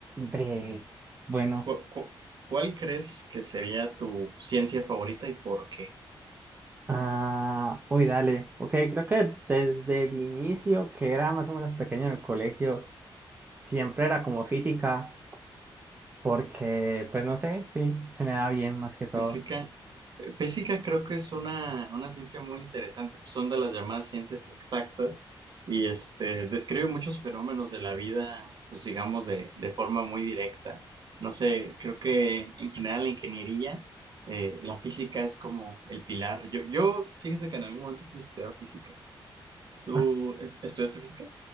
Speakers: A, on the right; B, on the right.
A: Bre, bueno,
B: ¿Cu- cu- ¿Cuál crees que sería tu ciencia favorita y por qué?
A: ah, uy, dale. Ok, creo que desde el inicio, que era más o menos pequeño en el colegio, siempre era como física, porque, pues no sé, sí, se me da bien más que todo.
B: Física, eh, física creo que es una, una ciencia muy interesante, pues son de las llamadas ciencias exactas y este, describe muchos fenómenos de la vida, pues digamos, de, de forma muy directa. No sé, creo que en general la ingeniería, eh, la física es como el pilar. Yo, yo, fíjate que en algún momento quise estudiar física. ¿Tú
A: <laughs>
B: es- estudiaste física?